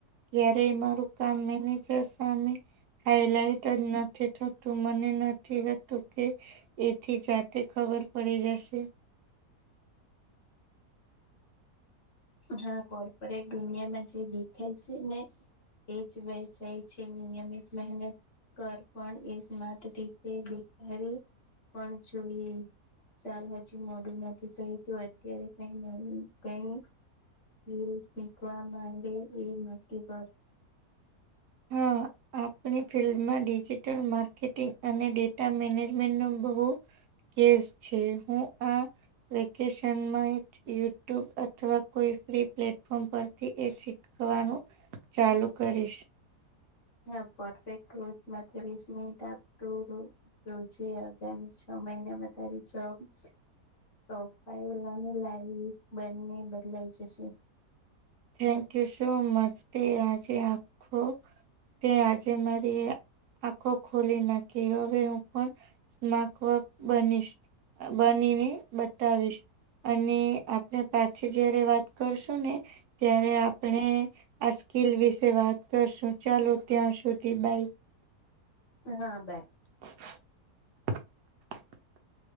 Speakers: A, on the right; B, on the left.
A: ક્યારે મારું કામ મેનેજર સામે હાઈલાઈટ જ નથી થતું મને નથીતું કે એથી જાતે ખબર પડી જશે.
B: હા કોર્પોરેટ દુનિયામાં જે દેખાય છે ને. એ જ વહેચાય છે નિયમિત મહેનત. કર પણ એ સ્માર્ટ રીતે દેખાવી પણ જોઈએ. સાર હજી મોડું નથી થયું તો એ તું એત્યારે કઈ નળ. કઈ રીલ શીખવા માંડે એ નક્કી કર.
A: હા. આપણી ફિલ્મમાં ડિજિટલ માર્કેટિંગ અને ડેટા મેનેજમેન્ટ નુ બહુ. કેસ છે હું આ વેકેશનમાં. યુટ્યુબ અથવા કોઈ ફ્રી પ્લેટફોર્મ પરથી એ શીખવાનું. ચાલુ કરીશ.
B: હા પર્ફેક્ટ રો માત્ર વીસ મિટ આપ તું રુ. તો જે આગામી છ મહિનામાં તારી જોબ. પ્રોફાઈલ અને લાઈફ બંને બદલાઈ જશે.
A: થેન્ક યુ સો મચ તે આજે આખો. તે આજે મારી આખો ખોલી નાખી હવે હું પણ. માકવક બનીશ બનીને બતાવીશ. અને આપણે પાછી જયારે વાત કરશું ને. ત્યારે આપણે આ સ્કીલ વિશે વાત કરશું ચાલો ત્યાં સુધી બાઈ.
B: હા બાય.
A: <inaudible>